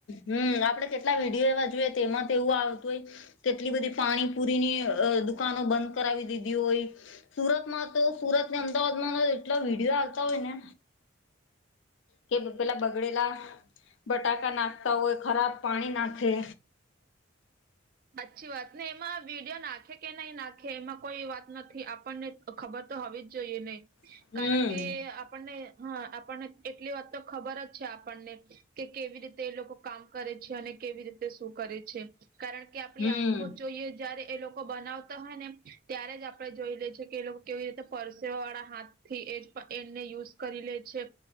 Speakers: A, on the left (about 75°); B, on the right (about 45°).
A: હમ આપડે કેટલા વિડીયો એવા જોઈએ. તેમાં તો એવું આવતું હોય. કેટલી બધી પાણીપુરીની અ દુકાનો બંધ કરાવી દીધી હોય. સુરતમાં તો સુરતને અમદાવાદમાં એટલા વિડીયો આવતા હોય ને કે પેલા બગડેલા બટાકા નાખતા હોય ખરાબ પાણી નાખે
B: સાચ્છી વાત ને એમાં વિડીયો નાખે કે નહી નાખે એમાં કોઈ વાત નથી. આપણને ખબર તો હોવી જોઈએ નહી.
A: હમ
B: કારણ કે આપણને હા આપણને એટલી વાત તો ખબર છે. આપણને કે કેવી રીતે એ લોકો કામ કરે છે. અને કેવી રીતે શું કરે છે કારણ કે કે આપડી
A: હમ
B: આખો જ જોઈએ. જયારે એ લોકો બનાવતા હોય ને ત્યારે જ આપડે જોઈ લે છે કે લોકો કેવી રીતે પરસે વાળા હાથથી એજ એને યુઝ કરી લે છે.